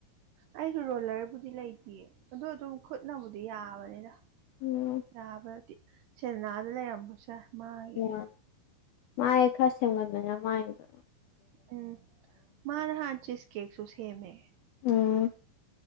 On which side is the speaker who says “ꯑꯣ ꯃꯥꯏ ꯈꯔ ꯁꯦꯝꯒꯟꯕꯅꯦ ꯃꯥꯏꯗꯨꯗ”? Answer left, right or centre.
Left